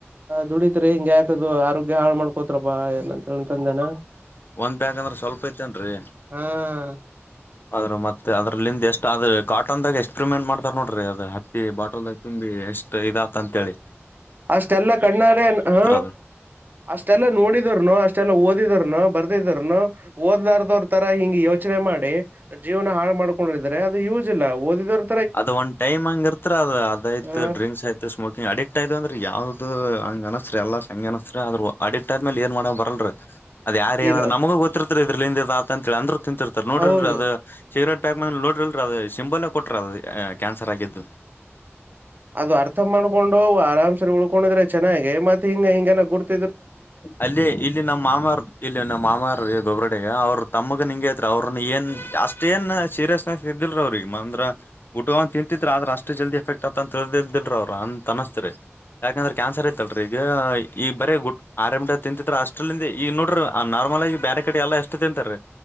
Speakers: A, on the right (about 45°); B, on the left (about 50°).
A: ದುಡಿತ್ರಿ ಹಿಂಗ್ಯಾಕ್ ಅದು ಆರೋಗ್ಯ ಹಾಳ ಮಾಡ್ಕೋ ತ್ರಪಾ ಏನಂತ ಹೇಳ್ ತಂದೇನಾ.
B: ಒಂದ ಪ್ಯಾಕ್ ಅಂದ್ರ ಸ್ವಲ್ಪ ಐತೆೇನ್ ರೀ
A: ಹ
B: ಅದ್ರ ಮತ್ತ ಅದ್ರಲ್ಲಿಂದ ಎಷ್ಟ್ ಆದ್ ಕಾಟನ್ದಾಗ ಎಕ್ಸ್ಪೆರಿಮೆಂಟ್ ಮಾಡ್ತಾರ ನೋಡ್ರಿ ಅದು ಹತ್ತಿ ಬಾಟಲ್ದಾಗ ತುಂಬಿ ಎಷ್ಟ್ ಅದ ಇದ ಅಂತ ಹೇಳಿ.
A: ಅಷ್ಟೆಲ್ಲಾ ಕಣ್ಣಾರ ಹ್ಮ.
B: ಅದು
A: ಅಷ್ಟೆಲ್ಲಾ ನೋಡಿದ್ರೂನು ಅಷ್ಟೆಲ್ಲಾ ಓದಿದ್ರೂನು ಬರ ಓದಿದ್ರುನು ಓದ್ಲಾರ್ದವ್ರ್ ತರ ಹಿಂಗ ಯೋಚನೆ ಮಾಡಿ ಜೀವನ ಹಾಳ ಮಾಡ್ಕೊಂಡಿದ್ರೆ ಅದು ಯೂಸ್ ಇಲ್ಲ ಒದಿದೋರ್
B: ಅದ ಒಂದ್ ಟೈಮ್ಂಗ ಇರ್ತ್ರ ಅದ ಅದು ಅದ್ತತ್
A: ಹ
B: ಡ್ರಿಂಕ್ಸ್ ಆಯ್ತ್ ಸ್ಮೋಕಿಂಗ್ ಅಡಿಕ್ಟ್ ಆಯ್ತ ಅಂದ್ರೆ ಯಾವ್ದು ಹಂಗ ಅನಸತ್ರಿ ಎಲ್ಲಾ ಹಂಗ ಅನಿಸ್ತ್ರಿ ಆದ್ರ ಅಡಿಕ್ಟ್ ಆದ್ಮೇಲೆ ಏನ್ ಮಾಡಕ್ ಬರಲ್ <inaudible> ಅದ ಯಾರ ಏನ್
A: ಈಗ
B: ನಮಗ ಗೊತ್ತಿರ್ತ ಇದ್ರಲಿಂದ್ ಇದ ಆತದ ಅಂತ ಹೇಳ ಅಂದ್ರು ತಿಂತಿರ್ತಾರ ನೋಡ್ರರಿಲ್ರಿ
A: ಹೌದು
B: ಅದು ಸಿಗರೇಟ್ ಪ್ಯಾಕ್ ಮೇಲೆ ನೋಡಿರಲ್ರಿ ಅದು ಸಿಂಬಲ್ಲೇ ಕೊಟ್ಟ್ರ ಅದು ಕ್ಯಾನ್ಸರ್ ಆಗಿದ್ದು
A: ಅದು ಅರ್ಥ ಮಾಡ್ಕೊಂಡ್ ಹೋಗವು ಆರಾಮಸ ಸರಿ ಉಳ್ಕೊಂಡಿದ್ರೆ ಚೆನ್ನಾಗೆ ಮತ್ತತ್ ಹಿಂಗ ಹಿಂಗೆಲ್ಲಾ ಗುತ
B: ಅಲ್ಲಿ ಇಲ್ಲಿ ನಮ್ಮ ಮಾಮ ಇಲ್ಲಿ ನಮ್ಮ ಮಾಮಾರ್ ಗೊಬ್ರಡ ಅವರು ತಮ್ಮಗ ನಿಂಗೆ ಐತ್ ಅವ್ರನ್ನ ಏನ್ ಜಾ ಅಷ್ಟೇಏನ್ ಸೀರಿಯಸ್ನೆಸ್ ಇರ್ದಲ್ರ ಅವ್ರಿಗೆ ಅಂದ್ರ ಊಟ ತಿಂತಿದ್ರ ಆದ್ರ ಅಷ್ಟ ಜಲ್ದಿ ಎಫೆಕ್ಟ್ ಆತ ಅಂತಿದ ಅವ ಅ ಅನ್ನಸ್ತರಿ ಯಾಕಂದ್ರ ಕ್ಯಾನ್ಸರ್ ಐತ್ಲ್ರಿ ಈಗ ಈಗ ಬರ ಗು ಆರಾಮ್ ಗಿಟ ತಿಂತತ್ ರ ಅಷ್ಟಲ್ಲಿಂದ ಈಗ ನೋಡ್ರರಿ ಆ ನಾರ್ಮಲ್ ಆಾಗಿ ಬ್ಯಾರಕಡ್ಡಿ ಎಲ್ಲ ಎು ತಿಂತ ರೀ